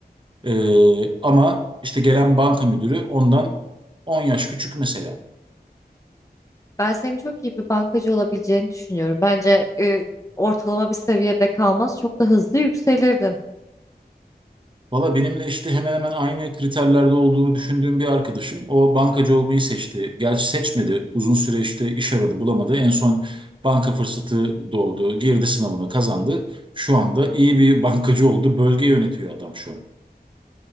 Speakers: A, on the right; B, on the left.
A: Ee, ama işte gelen banka müdürü ondan 10 yaş küçük mesela.
B: Ben senin çok iyi bir bankacı olabileceğini düşünüyorum. Bence e, ortalama bir seviyede kalmaz, çok da hızlı yükselirdin.
A: Valla benimle işte hemen hemen aynı kriterlerde olduğunu düşündüğüm bir arkadaşım o bankacı olmayı seçti. Gerçi seçmedi. Uzun süre işte iş aradı, bulamadı. En son banka fırsatı doğdu. Girdi sınavına kazandı. Şu anda iyi bir bankacı oldu. Bölge yönetiyor adam şu an.